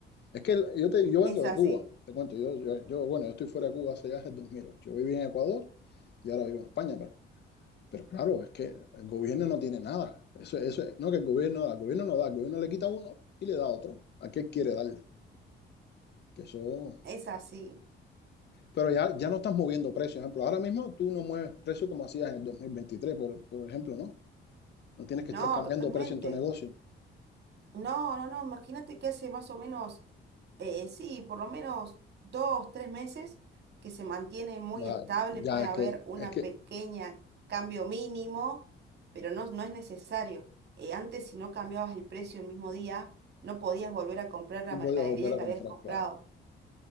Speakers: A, on the left (about 60°); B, on the right (about 60°).
A: Es que el- yo, te, yo
B: Es
A: vengo
B: así,
A: de Cuba, te cuento, yo, yo, yo, bueno, yo estoy fuera de Cuba hace ya desde el 2008. Yo viví en Ecuador y ahora vivo en España, pero, pero claro, es que el gobierno no tiene nada. Eso, eso, es- no que el gobierno da, el gobierno no da, el gobierno le quita a uno y le da a otro. ¿A qué quiere darle? Que eso...
B: es así,
A: Pero ya, ya no estás moviendo precios. Por ejemplo, ahora mismo tú no mueves precios como hacías en el 2023 por, por ejemplo, ¿no? No tienes que
B: no,
A: estar cambiando
B: totalmente.
A: precio en tu negocio.
B: No, no, no, imagínate que hace más o menos, eh, sí, por lo menos dos, tres meses que se mantiene muy
A: Vaya,
B: estable,
A: ya
B: puede
A: es
B: haber
A: que,
B: una
A: es que
B: pequeña cambio mínimo, pero no, no es necesario. Eh, antes si no cambiabas el precio el mismo día, no podías volver a comprar la
A: no
B: mercadería
A: podías volver a
B: que
A: comprar,
B: habías comprado.
A: claro.